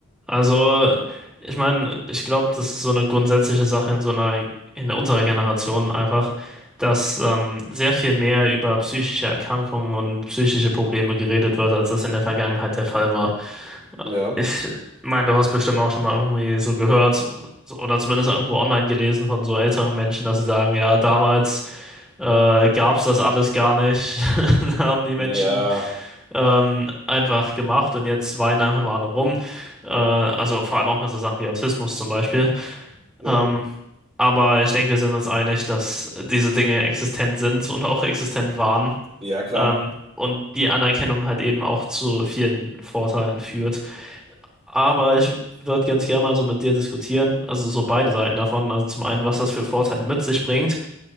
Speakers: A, in the centre; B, on the right.
A: Also, ich meine, ich glaube, das ist so eine grundsätzliche Sache in so einer, in unserer Generation einfach, dass ähm, sehr viel mehr über psychische Erkrankungen und psychische Probleme geredet wird, als das in der Vergangenheit der Fall war.
B: Ja,
A: Ich meine, du hast bestimmt auch schon mal irgendwie so gehört so- oder zumindest irgendwo online gelesen von so älteren Menschen, dass sie sagen, ja, damals äh, gab es das alles gar nicht. <laughs> Da haben die Menschen
B: ja,
A: ähm, einfach gemacht und jetzt weinen einfach nur alle rum. Äh, also vor allem auch mit so Sachen wie Autismus zum Beispiel.
B: mhm.
A: Ähm, aber ich denke, wir sind uns einig, dass diese Dinge existent sind und auch existent waren.
B: Ja, klar.
A: Ähm, und die Anerkennung halt eben auch zu vielen Vorteilen führt. Aber ich würde ganz gerne mal so mit dir diskutieren, also so beide Seiten davon. Also zum einen, was das für Vorteile mit sich bringt,